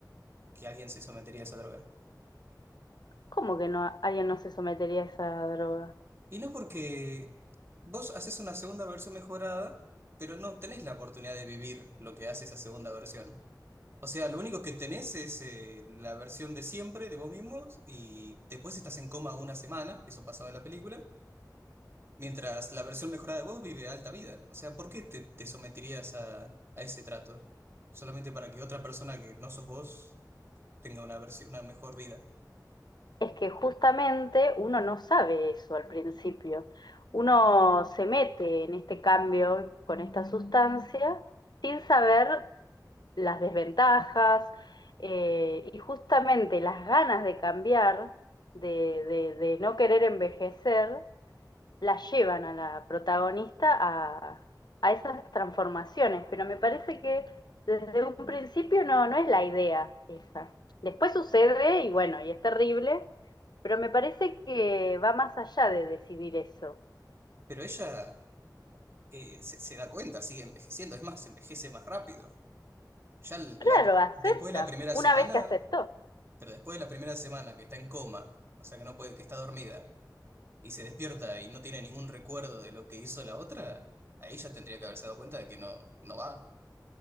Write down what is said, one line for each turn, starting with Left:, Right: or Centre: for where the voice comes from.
Right: que alguien se sometería a esa droga.
Left: ¿Cómo que no alguien no se sometería a esa droga?
Right: Y no porque vos haces una segunda versión mejorada, pero no tenés la oportunidad de vivir lo que hace esa segunda versión. O sea, lo único que tenés es eh, la versión de siempre de vos mismos y después estás en coma una semana, eso pasaba en la película, mientras la versión mejorada de vos vive alta vida. O sea, ¿por qué te, te someterías a, a ese trato? Solamente para que otra persona que no sos vos tenga una versión, una mejor vida.
Left: Es que justamente uno no sabe eso al principio. Uno se mete en este cambio con esta sustancia sin saber las desventajas eh, y justamente las ganas de cambiar, de, de- de no querer envejecer, las llevan a la protagonista a, a esas transformaciones. Pero me parece que desde un principio no, no es la idea esa. Después sucede y bueno, y es terrible, pero me parece que va más allá de decidir eso.
Right: Pero ella eh, se, se da cuenta, sigue envejeciendo, es más, envejece más rápido. Ya la-
Left: Claro, acepta,
Right: después de la primera
Left: una
Right: semana,
Left: vez que aceptó.
Right: pero después de la primera semana que está en coma, o sea que no puede, que está dormida y se despierta y no tiene ningún recuerdo de lo que hizo la otra, ahí ya tendría que haberse dado cuenta de que no, no va,